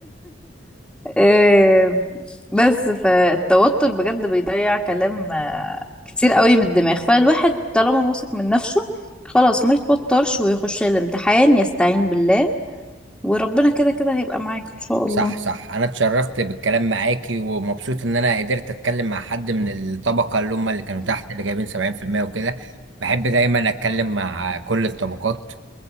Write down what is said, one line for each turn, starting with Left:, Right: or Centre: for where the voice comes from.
Centre: آه، بس فالتوتر بجد بيضيع كلام آه، كتير قوي من الدماغ فالواحد طالما واثق من نفسه خلاص ما يتوترش ويخش الامتحان يستعين بالله وربنا كده كده هيبقى معاك ان شاء الله
Right: صح صح أنا اتشرفت بالكلام معاكي ومبسوط إن أنا قدرت أتكلم مع حد من الطبقة اللي هم اللي كانوا تحت اللي جايبين 70% وكده بحب دايما أتكلم مع كل الطبقات